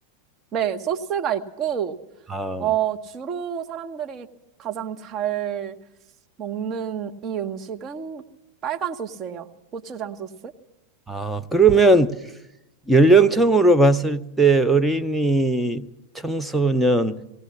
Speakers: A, on the right; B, in the centre.
A: 네, 소스가 있고,
B: 아,
A: 어, 주로 사람들이 가장 잘 먹는 이 음식은 빨간 소스예요. 고추장 소스?
B: 아, 그러면 연령층으로 봤을 때 어린이, 청소년,